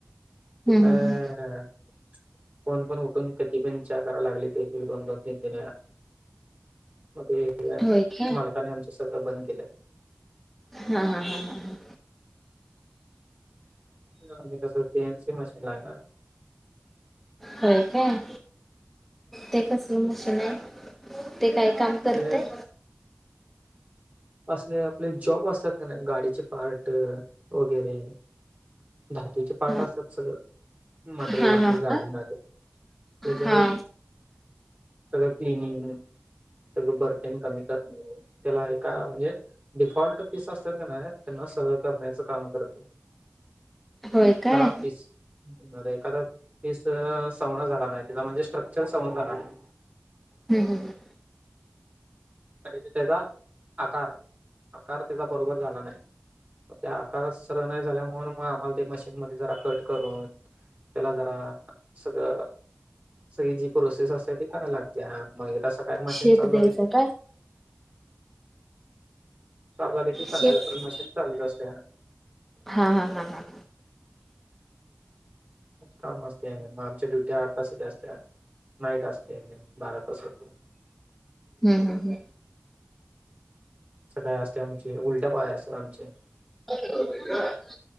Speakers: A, in the centre; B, on the right.
A: हम्म
B: ते काय,
A: हम्म हम्म
B: कोण पण उठून कधी पण चहा करायला लागलेत एक एक दोन दोन तीन तीन वेळा. मग ते काय
A: होय काय
B: मालकान आमच्या सगळं बंद केलं.
A: हा हा हा हा ह,
B: ते आम्ही कस सीएन सी मशीन ला हाय ना.
A: होय काय ते कसल मशीन आहे ते काय काम. करतय,
B: ते असले आपले जॉब असतात का नाही गाडीचे पार्ट वगैरे. धातूचे पार्ट
A: हा
B: असतात सगळं, मटेरियल
A: हा
B: लागत
A: हा हा
B: गाडीना तेन त्याच,
A: हा
B: सगळं क्लिनिंग सगळं बर तेन कमी करतय त्याला हाय. का म्हणजे डिफॉल्ट पीस असतात का नाही त्यांना सरळ करण्याचं काम करते.
A: होय काय
B: खराब पीस, यामध्ये एखादा पीस सवण झाला नाही तिचा म्हणजे स्ट्रक्चर सवण झाला नाही.
A: हम् हम ह,
B: आणि बी त्याचा आकार आकार त्याचा बरोबर झाला नाही. म त्या आकारच सरळ नाही झाल्या म्हणून मग आम्हाला ते मशीनमध्ये जरा कट करून. त्याला जरा सगळं, सगळी जी प्रोसेस असते ती करायला लागते मग एकदास काय मशीन
A: शेप
B: चालू
A: द्यायचा
B: झाल की.
A: काय,
B: चालू आले की संध्याकाळ
A: शेप
B: पर्यंत मशीन चालूच असतिया.
A: हा हा हा हा,
B: काम असतय आणि आमच्या ड्युटी आठ तास असत्यात नाईट असतय आणि बारा तास हो.
A: हम् हम हम,
B: सकाळी असते आमचे उलट्या पाळ्या असतात आमचे.
A: ह,